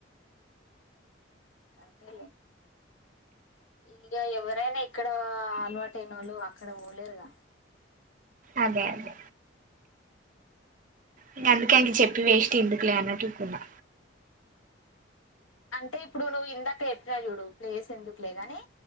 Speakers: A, on the left; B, on the right.
A: కరెక్ట్ ఏ లే ఇక ఎవరైనా ఇక్కడ అలవాటయిన వాళ్ళు అక్కడ పోలేరుగా
B: అదే అదే ఇక అందుకే అండి చెప్పి వేస్ట్ ఎందుకులే అన్నట్టుకున్నా
A: అంటే ఇప్పుడు నువ్వు ఇందాక చెప్పినవ్ చూడు ప్లేస్ ఎందుకులే గానీ